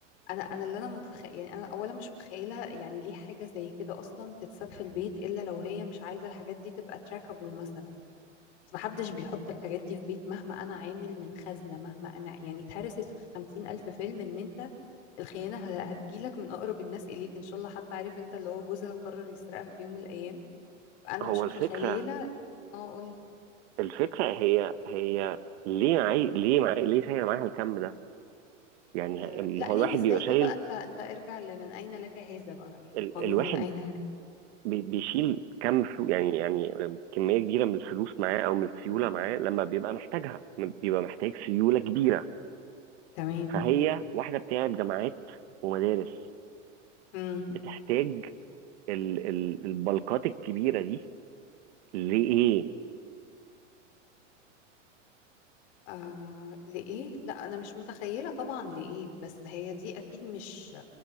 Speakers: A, on the left; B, on the right.
A: انا انا اللي انا متخيل يعني انا اولا مش متخيله يعني ليه حاجه زي كده اصلا تتساب في البيت الا لو هي مش عايزه الحاجات دي تبقى تراكابل مثلا بس محدش بيحط الحاجات دي في بيت مهما أنا عامل من خزنة مهما أنا يعني اتهرست في خمسين ألف فيلم إن أنت الخيانة ه- هتجيلك من أقرب الناس إليك إن شاء الله حتى عارف أنت اللي هو جوزها قرر يسرقها في يوم من الأيام فأنا
B: هو
A: مش
B: الفكره
A: متخيلة اه قولي
B: الفكرة هي هي ليه معي ليه معي ليه شايل معاها الكم ده؟ يعني
A: آه
B: ما
A: لا
B: هو
A: ليه
B: الواحد
A: وإزاي
B: بيبقى شايل
A: ده بقى أنت أنت ارجع لمن أين لك هذا بقى يعني
B: ال...
A: قانون
B: الواحد
A: من أين لك
B: بي... بيشيل كم فلوس يعني يعني كمية كبيرة من الفلوس معاه أو من السيولة
A: مم.
B: معاه لما بيبقى محتاجها بيبقى محتاج سيولة كبيرة
A: تمام
B: فهي واحدة بتاعت جامعات ومدارس
A: مم.
B: بتحتاج ال... ال... البلقات الكبيرة دي لإيه؟
A: آه لإيه لا أنا مش متخيلة طبعا لإيه بس هي دي أكيد مش